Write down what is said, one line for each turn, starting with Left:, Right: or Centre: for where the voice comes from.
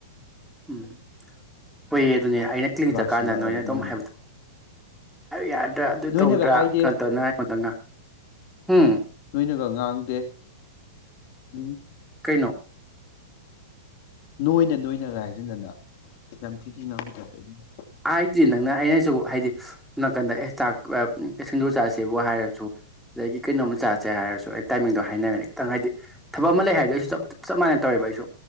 Centre: ꯎꯝ ꯍꯣꯏꯌꯦ ꯑꯗꯨꯅꯦ ꯑꯩꯅ ꯀ꯭ꯂꯤꯅꯤ
Left: ꯂꯥꯛꯁꯤꯜꯂꯛꯑꯕꯅꯤꯅꯅꯦ
Centre: ꯇꯀꯥꯟꯗ ꯅꯣꯏꯅ ꯑꯗꯨꯝ ꯍꯥꯏꯕꯗꯣ <unintelligible> ꯑꯗꯨ
Left: ꯅꯣꯏꯅꯒ
Centre: ꯇꯧꯗ
Left: ꯍꯥꯏꯗꯦ
Centre: ꯀꯩꯅ ꯇꯧꯅ ꯑꯩꯉꯣꯟꯗꯅꯥ ꯎꯝ
Left: ꯅꯣꯏꯅꯒ ꯉꯥꯡꯗꯦ ꯎꯝ
Centre: ꯀꯩꯅꯣ
Left: ꯅꯣꯏꯅ ꯅꯣꯏꯅꯒ ꯍꯥꯏ ꯖꯤꯟꯗꯅ ꯌꯥꯝ ꯊꯤ ꯊꯤ ꯉꯥꯡꯕꯩ ꯇꯥꯏꯞꯇ ꯑꯗꯨꯒ
Centre: ꯍꯥꯏꯗꯤ ꯅꯪꯅ ꯑꯩꯅꯁꯨ ꯍꯥꯏꯗꯤ ꯁꯣꯝ ꯅꯥꯀꯟꯗ ꯑꯦ ꯆꯥꯛ ꯁꯤꯡꯖꯨ ꯆꯥꯁꯦꯕꯨ ꯍꯥꯏꯔꯁꯨ ꯑꯗꯒꯤ ꯀꯩꯅꯣꯝꯃ ꯆꯥꯁꯦ ꯍꯥꯏꯔꯁꯨ ꯑꯩꯅ ꯇꯥꯏꯃꯤꯡꯗꯣ ꯍꯥꯏꯅꯔꯅꯤ ꯈꯤꯇꯪ ꯍꯥꯏꯗꯤ ꯊꯕꯛ ꯑꯃ ꯂꯩ ꯍꯥꯏꯔꯗꯤ ꯑꯩꯁꯨꯞ ꯆꯞ ꯃꯥꯟꯅ ꯇꯧꯋꯦꯕ ꯑꯩꯁꯨ